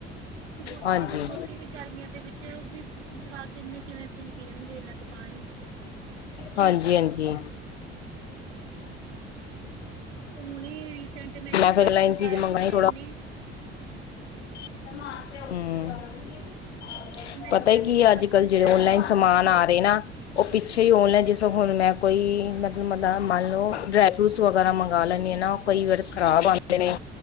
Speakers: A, on the right; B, on the left.
A: ਤੇ ਬੋਤਲ
B: ਹਾਂਜੀ
A: ਏਨੀ ਛੋਟੀ ਵੀ ਗਰਮੀਆਂ ਦੇ ਵਿੱਚ ਓ ਵੀ ਜਵਾਕ ਏਨੇ ਕਿਵੇਂ ਪੀ ਪੀਣਗੇ ਏਨਾ ਕੁ ਪਾਣੀ।
B: ਹਾਂਜੀ-ਹਾਂਜੀ!
A: ਤੇ ਹੁਣੇ ਰੀਸੈਂਟ ਮੈਂ ਇੱਕ
B: ਫਿਰ
A: ਪਰਸ
B: ਲਾਈਨ
A: ਮੰਗਾਇਆ
B: ਚੀਜ਼ ਮੰਗਾਈ
A: ਸੀ ਉਦੀ ਏਨੀ-
B: ਹੂੰ।
A: ਹੁਣ ਮੈਂ
B: ਪਤਾ
A: ਰੀਸੈਂਟ
B: ਕਿ
A: ਇੱਕ
B: ਏ
A: ਪਰਸ
B: ਅੱਜ ਕੱਲ੍ਹ
A: ਮੰਗਾਇਆ
B: ਜੇੜੇ ਔਨਲਾਈਨ
A: ਸੀ
B: ਸਮਾਨ ਆ ਰੇ ਨਾ, ਓ ਪਿੱਛੇ ਈ ਔਨਲਾਈਨ
A: ਹਾਂਜੀ
B: ਜਿਸਾਂ ਹੁਣ ਮੈਂ ਕੋਈ ਮਤਲਬ ਮਤਲ ਮੰਨ ਲਓ ਡਰਾਈ ਫਰੂਟਸ ਵਗੈਰਾ ਮੰਗਾ ਲੈਂਣੇ ਐ ਨਾ, ਕਈ ਵਾਰ ਖ਼ਰਾਬ ਆਂਦੇ ਨੇ